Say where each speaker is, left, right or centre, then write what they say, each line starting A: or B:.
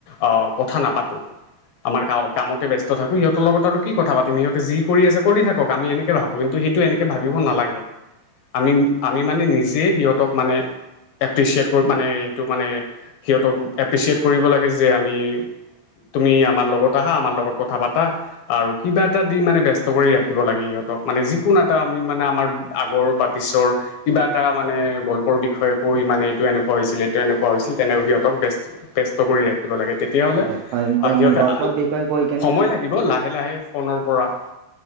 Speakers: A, on the left; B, on the right.
A: আহ কথা নাপাতো। আমাৰ কামতে ব্যস্ত থাকো সিহঁতৰ লগত আৰু কি কথা পাতিম? সিহঁতে যি। কৰি আছে কৰি থাকক আমি এনেকে ভাবো কিন্তু সেইটো এনেকে ভাবিব নালাগে। আমি আমি মানে নিজে সিহঁতক মানে। এপ্ৰিচিয়েট মানে এইটো মানে সিহঁতক এপ্ৰিচিয়েট কৰিব লাগে যে আমি। তুমি আমাৰ লগত আহা আমাৰ লগত কথা পাতা আৰু কিবা এটা দি মানে ব্যস্ত। নষ্ট কৰি ৰাখিব লাগে সিহঁতক মানে যিকোনো এটা আমি মানে আমাৰ আগৰ বা পিছৰ। কিবা এটা মানে গল্পৰ বিষয়ে কৈ মানে এইটো এনেকুৱা হৈছিল, এইটো এনেকুৱা হৈছিল, তেনে সিহঁতক ব্যস্ত ব্যস্ত কৰি ৰাখিব লাগে তেতিয়াহ'লে
B: হয় হয় গ-
A: আ, সিহঁতে
B: গল্পৰ
A: আল
B: বিষয়ে কৈ কেনে
A: সময়
B: মানে
A: লাগিব লাহে লাহে কৰ্ণৰপৰা।